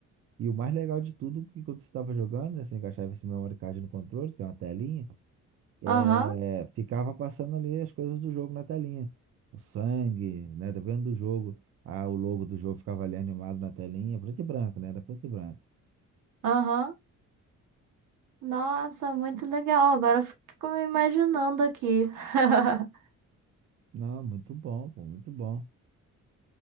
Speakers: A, on the right (about 50°); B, on the right (about 85°).
A: E o mais legal de tudo, que quando você estava jogando, né, você encaixava esse memory card no controle, tem uma telinha, é,
B: Aham,
A: ficava passando ali as coisas do jogo na telinha. O sangue, né, dependendo do jogo. Ah, o logo do jogo ficava ali animado na telinha, preto e branco, né, era preto e branco.
B: aham. Nossa, muito legal. Agora eu fico me imaginando aqui. <laughs>
A: Não, muito bom, pô, muito bom.